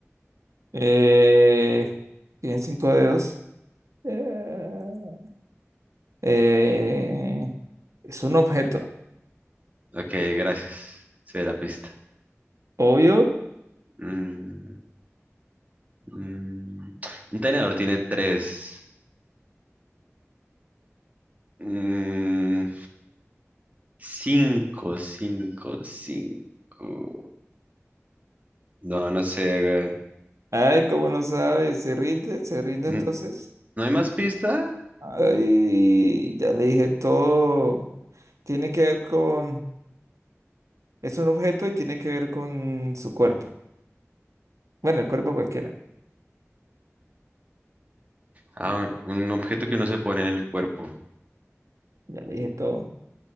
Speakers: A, on the right (about 85°); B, on the right (about 30°).
A: Eh, tiene cinco dedos. Eh, eh, es un objeto.
B: Ok, gracias. Sé la pista.
A: Obvio.
B: Mm, mm. Un tenedor tiene tres. Mm, cinco, cinco, cinco. No, no sé, weón.
A: Ay, ¿cómo no sabe? ¿Se rinde? ¿Se rinde
B: Mm,
A: entonces?
B: ¿No hay más pista?
A: Ay, ya le dije todo. Tiene que ver con... Es un objeto y tiene que ver con su cuerpo. Bueno, el cuerpo cualquiera.
B: Ah, un un objeto que uno se pone en el cuerpo
A: Ya le dije todo.